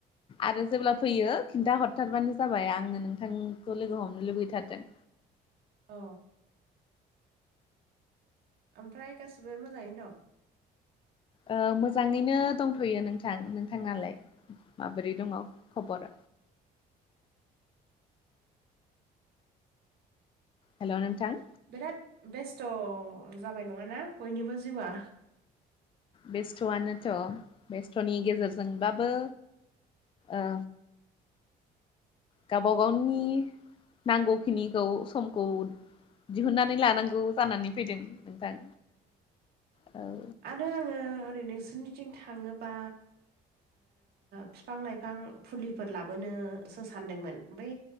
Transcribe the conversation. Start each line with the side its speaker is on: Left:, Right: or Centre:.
Left: आरो जेब्ला फैयो खिन्था हरथारबानो जाबाय आङो नोंथांखौ लोगो हमनो लुबैथारादों।
Right: अ ओमफ्राय गासिबो मोजाङैनो दं?
Left: ओ मोजाङैनो दंथ'यो नोंथां। नोंथाङालाय माबोरै दङ खबर? हेल' नोंथां
Right: बिराद बेस्थ' जाबाय नङाना बयनिबो जिउआ
Left: बेस्थ'आनोथ' बेस्थ'नि गेजेरजोंबाबो ओ गावबा गावनि नांगौखिनिखौ समखौ दिहुननानै लानांगौ जानानै फैदों नोंथां औ
Right: दा आङो ओरै नोंसोरनिथिं थाङोबा बिफां-लाइफां फुलिफोर लाबोनोसो सानदोंमोन बै